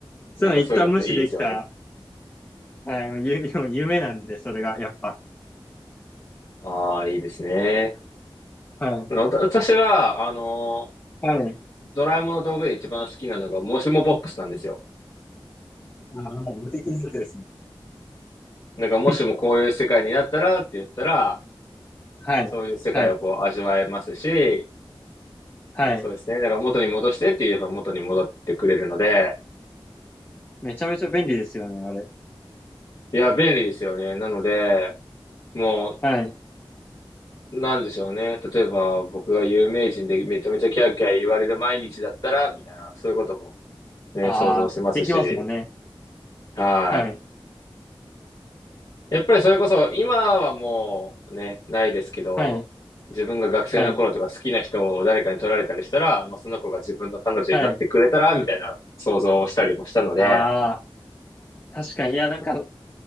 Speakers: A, on the left; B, on the left.
A: そういうの一旦無視できた、
B: なんかそういうのっていいですよね。
A: はい、ゆ、<laughs> 夢なんで、それが、やっぱ。
B: ああ、いいですね。
A: はい。
B: わた私は、あの、
A: はい。
B: ドラえもんの道具で一番好きなのが、もしもボックスなんですよ。
A: あ、もう無敵のやつですね。
B: なんか、もしもこういう世界になったらって言ったら、
A: <laughs> はい。
B: そういう世界をこう味わえますし、
A: はい。はい。
B: そうですね。だから元に戻してって言えば元に戻ってくれるので、
A: めちゃめちゃ便利ですよね、あれ。
B: いや、便利ですよね。なので、も
A: はい。
B: う、なんでしょうね。例えば、僕が有名人でめちゃめちゃキャーキャー言われる毎日だったら、みたいな、そういうこともね、
A: ああ、
B: 想像してますし、
A: できますもんね。
B: はい。
A: はい。
B: やっぱりそれこそ、今はもうね、ないですけど、
A: はい。
B: 自分が学生の頃とか好きな人を誰かに取られたりしたら、
A: はい。
B: まあ、その子が自分の彼女になってくれたら、
A: はい。
B: みたいな想像をしたりもしたので、
A: ああ。確かに。いや、なんか、